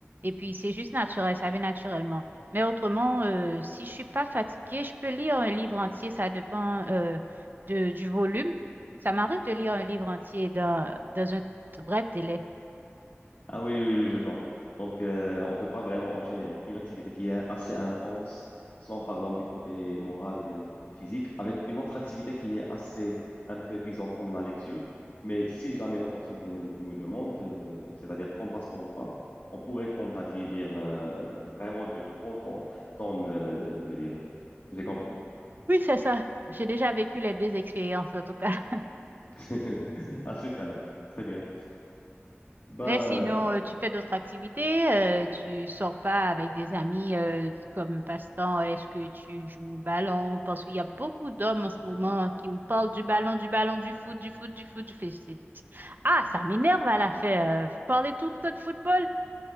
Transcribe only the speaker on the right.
et puis c'est juste naturel, ça vient naturellement. Mais autrement, euh, si je suis pas fatiguée, je peux lire un livre entier, ça dépend. euh, de- du volume. Ça m'arrive de lire un livre entier dans, dans un t- bref délai.
Oui, c'est ça. J'ai déjà vécu les deux expériences, en tout cas. <laughs>
Mais sinon, euh, tu fais d'autres activités, euh, tu sors pas avec des amis euh, comme passe-temps. Est-ce que tu joues au ballon? Parce qu'il y a beaucoup d'hommes en ce moment
qui me parlent du ballon, du ballon, du foot, du foot, du foot, du foot. C'est- Ah, ça m'énerve à la fin. euh, Vous parlez tout le temps de football?